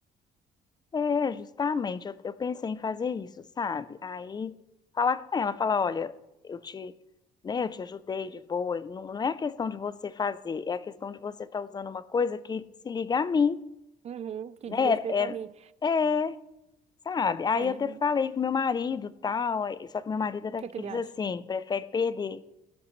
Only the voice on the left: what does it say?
É, justamente, eu, eu pensei em fazer isso, sabe? Aí falar com ela, falar, olha, eu te, né, eu te ajudei de boa. Não, não é a questão de você fazer, é a questão de você estar usando uma coisa que se liga a mim,
né?
É,
é, sabe? Aí
eu até falei com meu marido, tal, aí- só que meu marido é daqueles
assim, prefere perder.